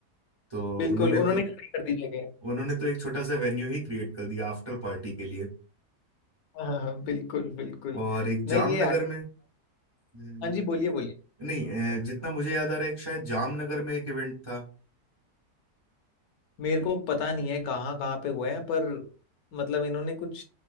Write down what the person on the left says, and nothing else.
बिल्कुल
उन्होंने
खड़ी कर दी जगह
हाँ हाँ हाँ, बिल्कुल बिल्कुल
नहीं
ये
हाँ जी बोलिए बोलिए
मेरे को पता नहीं है कहाँ कहाँ पे हुए हैं पर मतलब इन्होंने कुछ